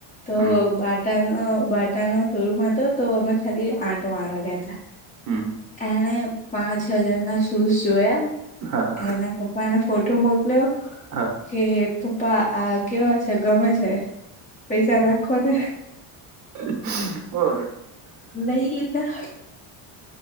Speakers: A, on the left; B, on the right.
A: તો
B: હમ
A: બા બાટાનો શોરૂમ હતો તો અમે ખાલી આટો મારવા ગ્યા હતા
B: હમ
A: એ પાંચ હજાર ના શૂઝ જોયા
B: હા
A: એના પપ્પાને ફોટો મોકલ્યો.
B: હા
A: કે પપ્પા આ કેવા છે ગમે છે પૈસા નાખો ને
B: <inaudible> તો
A: લઈ લીધા